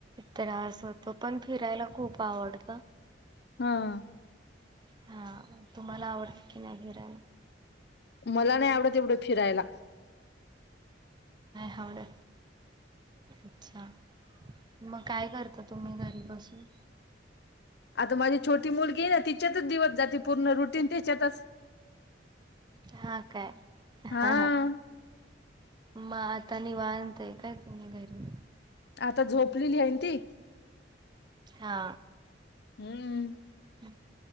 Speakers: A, on the right; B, on the left.
A: त्रास होतो. पण फिरायला खूप आवडत.
B: हं.
A: हा तुम्हाला आवडते की नाही फिरायला?
B: मला नाही आवडत एवढं फिरायला.
A: आवडे. अच्छा. मग काय करता मग तुम्ही घरी? बसून.
B: आता माझी छोटी मुलगी तिच्यातच दिवस जाते. पूर्ण रुटीन त्याच्यातच.
A: हा काय. ह
B: हा
A: मग आता निवांत. येताय का तुम्ही घरी?
B: आता झोपलेली आहे ना ती.
A: हा.
B: हम्म.
A: ह